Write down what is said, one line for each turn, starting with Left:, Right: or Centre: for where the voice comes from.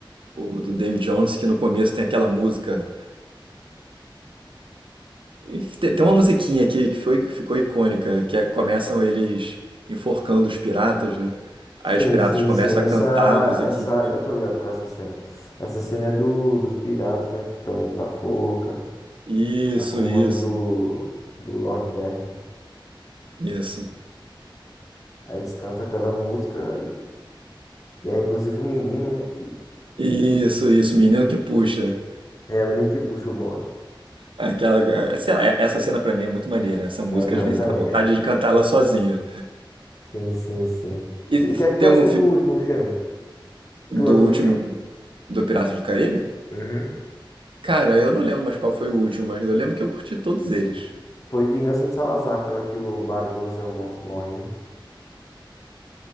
Right: o do David Jones que no começo tem aquela música. E Tem, tem uma musiquinha aqui que foi, ficou icônica, que é, começam eles enforcando os piratas, né? Aí
Left: Sim,
Right: os piratas
Left: sim,
Right: começam
Left: sim, essa,
Right: a cantar a musiquinha.
Left: essa, eu tô ligado com essa cena. Essa cena é do, dos piratas, né, que estão indo pra forca,
Right: Isso,
Left: a comando
Right: isso,
Left: do, do Lord Beckett.
Right: isso.
Left: Aí eles cantam aquela música e, e é inclusive o menino, né, que,
Right: Isso, isso, menino que puxa.
Left: é o menino que puxa o bonde.
Right: Aquela, sei lá, essa cena pra mim é muito maneira. Essa música
Left: É, pra
Right: às vezes
Left: mim também.
Right: dá vontade de cantar ela sozinha.
Left: Sim, sim, sim.
Right: E
Left: E o que é que
Right: tem
Left: tu achou
Right: algum filme
Left: do último filme?
Right: do
Left: Tu assistiu?
Right: último do Piratas do Caribe?
Left: Uhum.
Right: Cara, eu não lembro mais qual foi o último, mas eu lembro que eu curti todos eles.
Left: Foi Vingança de Salazar, aquela que o Barbosa mo- morre, né?